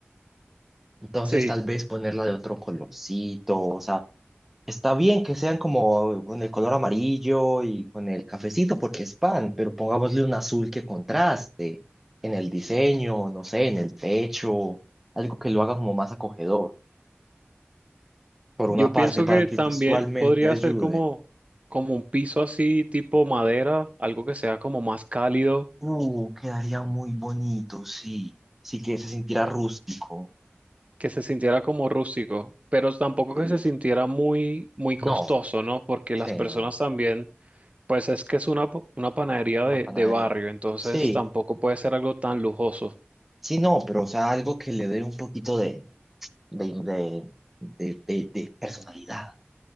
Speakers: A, in the centre; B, on the right (about 30°).
A: Entonces,
B: Sí,
A: tal vez ponerla de otro colorcito, o sea, Está bien que sean como con el color amarillo y con el cafecito porque es pan, pero pongámosle un azul que contraste en el diseño, no sé, en el techo, algo que lo haga como más acogedor, por
B: yo
A: una parte,
B: pienso
A: para
B: que
A: que
B: también
A: visualmente
B: podría
A: ayude.
B: ser como, como un piso así tipo madera, algo que sea como más cálido,
A: Uh, quedaría muy bonito, sí. Sí que se sintiera rústico.
B: que se sintiera como rústico, pero tampoco
A: Sí.
B: que se sintiera muy, muy costoso,
A: No,
B: ¿no? Porque las
A: sí,
B: personas
A: no, no.
B: también Pues es que es una, pa- una panadería de,
A: Una panadería.
B: de barrio, entonces
A: Sí,
B: tampoco puede ser algo tan lujoso.
A: sí, no, pero o sea, algo que le dé un poquito de, de, de, de, de de personalidad.